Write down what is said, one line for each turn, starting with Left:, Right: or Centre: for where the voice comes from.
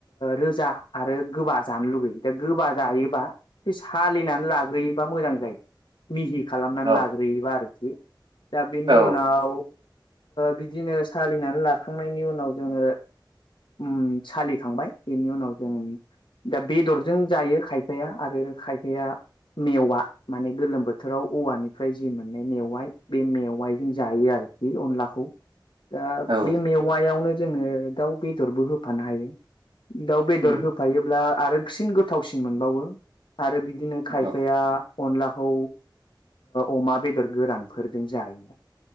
Left: रोजा आरो गोबा जानो लुगैयो दा गोबा जायोबा बे सालिनानै लाग गुरैबा मोजां जायो। मिहि खालामनानै
Right: औ
Left: लाग्रोयोबा आरोखि दा बेनि
Right: औ
Left: उनाव बिदिनो सालिनानै लाखांनायनि उनाव जोङो उम सालिखांबाय बेनि उनाव जों दा बेदरजों जायो खायफाया आरो खायफाया मेवा माने गोलोम बोथोराव औवानिफ्राय जि मोननाय मेवाइ बे मेवाइजों जायो आरो बे अनलाखौ दा
Right: औ
Left: बे मेवायावनो जोङो दाउ बेदरबो होफानो हायो। दाउ बेदर
Right: उम
Left: होफायोब्ला आरोसिन गोथावसिन मोनबावो आरो बिदिनो खाय
Right: औ
Left: आफाया अनलाखौ अमा बेदर गोरानफोरजों जायो।